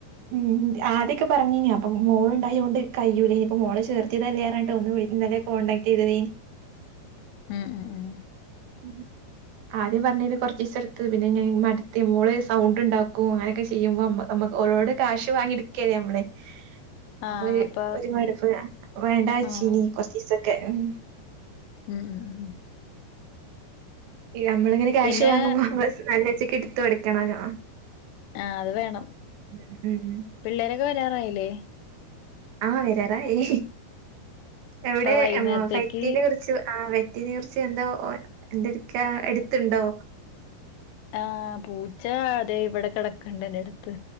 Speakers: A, on the right; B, on the left.
A: ഉം ഉം ആദ്യൊക്കെ പറഞീന്നീ അപ്പം മോള് ണ്ടായൊണ്ട് കയ്യൂലേനിയിപ്പോ മോളെ ചേർത്തിയതല്ലേറഞ്ഞിട്ട് ഒന്ന് വി ന്നലേ കോൺടാക്ട്ട് ചെയ്തതേനീ
B: ഉം ഉം ഉം.
A: <inaudible> ആദ്യം പറഞീല് കൊർച്ചീസംട്ത്ത് പിന്നെ മട്ത് മോള് സൗണ്ട് ണ്ടാക്കും അങ്ങനെയൊക്കെ ചെയ്യുമ്പോ മ്മ നമ്മക്ക് ഓരോട് കാശ് വാങ്ങി എടുക്കേല്ലേ മ്മള്.
B: <inaudible>
A: അപ്പൊ ഒരു
B: അപ്പ
A: ഒരു മടുപ്പ് വേണ്ട വേച്
B: ആഹ്
A: ഇനി കൊറച്ചീസൊക്കെ ഉം.
B: ഉം ഉം ഉം
A: നമ്മളിങ്ങനെ ക്യാഷ്
B: പിന്നെ
A: വാങ്ങുമ്പോ നമ്മ നല്ല ച്ചക്ക് എടുത് കൊടക്കണല്ലോ.
B: ആഹ് അത് വേണം.
A: ഉ ഉം ഉ.
B: പിള്ളേരൊക്കെ വരാറായില്ലേ
A: ആഹ് വരാറായി എവടെ
B: ഇപ്പൊ വൈകുന്നേരത്തേക്ക്
A: ഫൈറ്റിനെ കുറി ആഹ് വെറ്റിനീർച്ച എന്താ എന്ത്‌ട്ക്കാ എടുത്തുണ്ടോ?
B: ആഹ് പൂച്ച അതെ ഇവടെ കേടക്ണ്ട് ന്റെ അടുത്ത്.